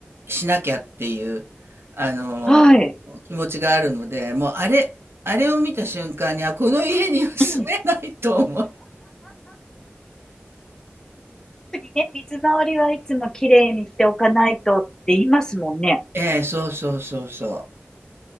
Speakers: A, on the right; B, on the left.
A: しなきゃっていう、あの、
B: はい。
A: 気持ちがあるので、もう、あれ、あれを見た瞬間に、あ、この家には住めないと思う。
B: うん。特にね、水回りはいつもきれいにしておかないとって言いますもんね。
A: ええ、そうそうそうそう。